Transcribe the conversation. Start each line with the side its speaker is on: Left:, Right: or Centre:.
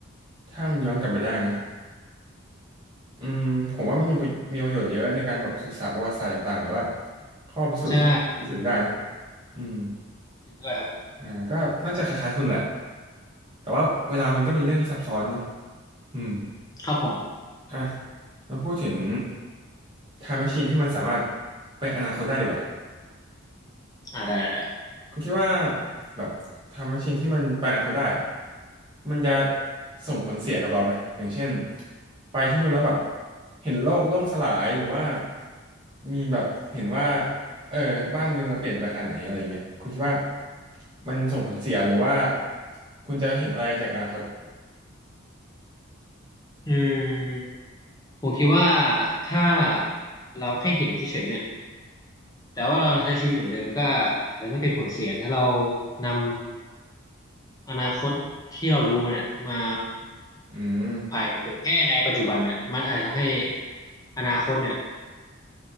Right: ถ้ามันย้อนกลับไปได้นะอืมผมว่ามันมีประมีประโยชน์เยอะในการแบบศึกษาประวัติศาสตร์ต่างๆหรือว่าข้อพิสูจน์ที่มันพิสูจน์ไม่ได้เนาะ
Left: ใช่
Right: อืม
Left: เห็นด้วยครับ
Right: อ่าก็น่าจะคล้ายๆคุณแหละแต่ว่าเวลามันก็เป็นเรื่องที่ซับซ้อนเนาะอืม
Left: ครับผม
Right: อ่ะมาพูดถึง Time Machine ที่มันสามารถไปอนาคตได้ดีกว่า
Left: อ่าได้ได้ได้
Right: คุณคิดว่าแบบ Time Machine ที่มันไปอนาคตได้อะมันจะส่งผลเสียกับเราไหมอย่างเช่นไปที่นู่นแล้วแบบเห็นโลกล่มสลายหรือว่ามีแบบเห็นว่าเออบ้านเมืองเราเปลี่ยนไปขนาดไหนอะไรอย่างเงี้ยคุณคิดว่ามันส่งผลเสียหรือว่าคุณจะเห็นอะไรจากอนาคต
Left: อืมผมคิดว่าถ้าเราแค่เห็นเฉยๆเนี่ยแต่ว่าเราใช้ชีวิตเหมือนเดิมก็อาจจะไม่เป็นผลเสีย ถ้าเรานำอนาคตที่เรารู้มาเนี่ยมา
Right: อืม
Left: เผยแพร่ในปัจจุบันเนี่ยมันอาจจะทำให้อนาคตเนี่ย